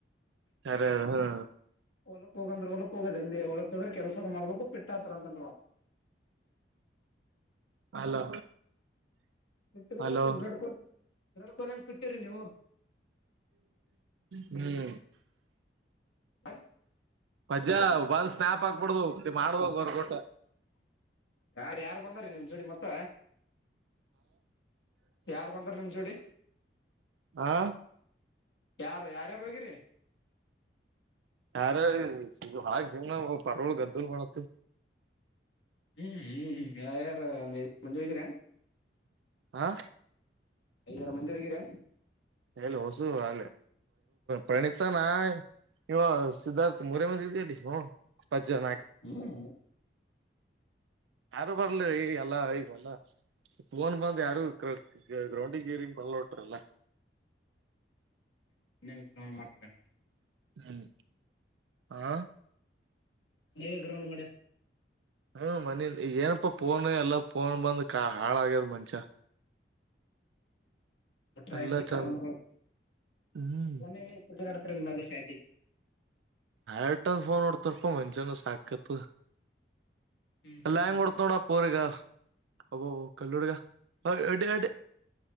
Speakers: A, on the right (about 85°); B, on the left (about 85°).
A: ಖರೆ ಅದ ಹ್ಮ
B: ಹೊಲಕ್ ಹೋಗಂದ್ರೆ ಹೊಲಕ್ ಹೋಗದ ಅಲ್ಲಿ ಹೊ. ತೊಗರಿ ಕೆಲ್ಸ ಮಾಡ್ಬೇಕು ಪಿಟ್ಟತರ ಅಂತನ್.
A: ಹಲೋ.
B: ಸಿಟ್ಟುದತ್ರಿ
A: ಹಲೋ
B: ಹೊಡ್ಕ-. ವಿರಾಟ್ ಕೊಹ್ಲಿ ಹಂಗ ಬಿಟ್ಟಿರಿ ನೀವು.
A: ಹ್ಮ್.
B: ಹ.
A: ಪಜ್ಜಾ ಬಲ್ ಸ್ನ್ನಾಪ್ ಆಗ್ಬಿಡ್ದ ಮಾಡ್ಬ ವರ್ಕ್ ಔಟ್
B: ಯಾರ್ ಯಾರ್ ಬಂದಾರೀ ನಿಮ್ ಜೋಡಿ ಮತ್ತ ಯಾರ್ ಬಂದಾರ ನಿಮ್ ಜೋಡಿ
A: ಹ.
B: ಯಾರ ಯಾರ್ಯಾರು ಹೋಗಿರಿರಿ.
A: ಯಾರೀ ಹಾಗ ಜಿಮ್ ಪರಳ ಗದ್ದಲ್ ಮಾಡತ್.
B: ಹ್ಮ್ ಹ್ಮ್ ಹ್ಮ್ ಯಾರ ಯಾರು ಅಂತ ಇ ಮದ್ದು ವೈದಿದರೆ ಏನು.
A: ಹಾ.
B: ಐದರ ಮಂದಿ ಹೋಗಿರೇನು.
A: ಎಲ್ ಹೊಸು ಅ ಪರಿಣತಾನ ಇವ ಸಿದ್ಧಾರ್ಥ ಮೂರ ಮಂದಿ ಇದ್ಯಲ್ಲಿ. <unintelligible>
B: ಹ್ಮ್
A: ಯಾರು ಬರ್ಲಿರಿ ಈ ಎಲ್ಲ ಈಗಲ್ಲ ಫೋನ್ ಬಂದ್ ಯಾರು ಗ್ರೌಂಡಿಗೆ ಗೀರಿಂಗ್ ಕೊಲ್ಟ್ರಲ್ಲ.
B: ವಿಕ್ರ ಮಾಡ್ತಾರೆ ನೋಡ. <unintelligible>
A: ಹ್ಮ್ ಆಾ.
B: ನೀವ ಗ್ರೌಂಡ್ ಮಾಡಿ.
A: ಹ್ಮ ಮನಿ ಏನಪ್ಪಾ ಫೋನ್ ಎಲ್ಲ ಫೋನ್ ಬಂದ ಕ ಹಾಳ ಆಾಗ್ಯದ್ ಮನುಷ್ಯ.
B: ಬಿಟ್ರ
A: ಎಲ್ಲ
B: ಐತಿ ಗ್ರೌಂಡ್
A: ಚಂದ ಹ್ಮ್
B: ಮ ಚಿತ್ರ. ತ್ರನ್ಮಲೆ ಶಾ. <unintelligible>
A: ಯಟನ್ ಫೋನ್ ನಡ್ತಾರಪ್ಪಾ ಮುಂಜಾನೆ ಸಾಕತ್-. -
B: ಹ್ಮ್
A: ಎಲ್ಲ ಹೆಂಗ್ ನೋಡ್ತಾ. ಪ್ಪೋರ್ಗ ಅಬ್ಬ ಕಲ್ಲು ಹುಡುಗ ಹ ಅ ಅಡಿ.